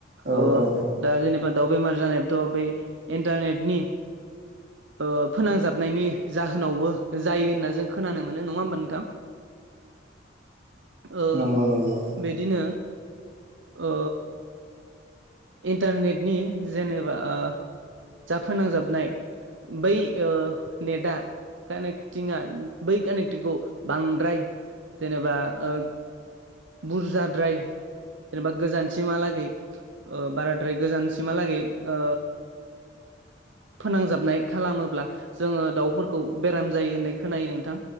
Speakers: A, on the right; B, on the right.
A: औ
B: ओ
A: औ
B: दा जेने बा दाउ बेमार जानायाबोथ' बे इन्टारनेटनि ओ फोनांजाबनायनि जाहोनावबो जायो होनना जों खोनानो मोनो नङा होमबा नोंथां? <inaudible> ओ
A: नंगौ नंगौ
B: बिदिनो ओ इन्टारनेटनि जेनेबा ओ जाफोनांजाबनाय बै ओ नेटआ कानेक्टिंआ बै कानेक्टिंखौ बांद्राय जेनेबा ओ बुरजाद्राय जेनेबा गोजानसिम हालागै ओ बाराद्राय गोजानसिमहालागै ओ फोनांजाबनाय खालामोब्ला जोङो दाउफोरखौ बेराम जायो होननाय खोनायो नोंथां